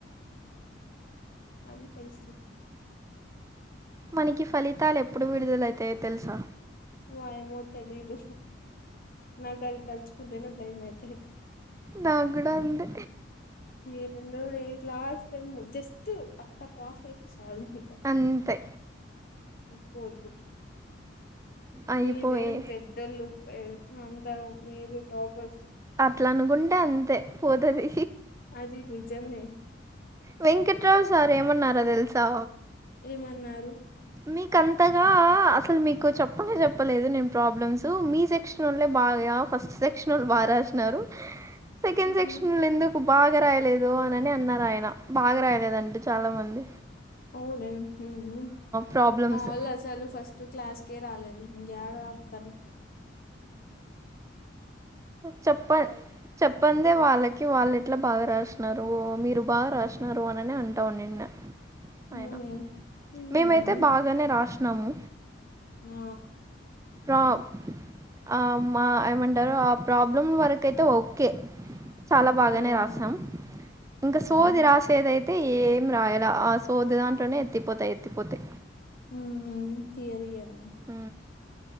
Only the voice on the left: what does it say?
అది పరిస్థి
వ ఏమో తెలీదు నా కది తలుచుకుంటేనే భయం అయ్
ఏందో లే లాస్ట్ టైమ్ జస్ట్ అట్టా పాస్ అయ్ వాషిక
ఎక్కువద్దు
మీరేం పెద్దలు పె అంతా మీరు టాపర్స్
అది నిజమే
ఏమన్నారు
ఉహు
అవునే ఉ ఉ
మా వాళ్ళు అసలు ఫస్ట్ క్లాస్కే రాలేదు ఇంకా ఏడ రతారు
అవునే ఉహు
ఆ
ఆహా
అయి
ఉ తిథయరి అం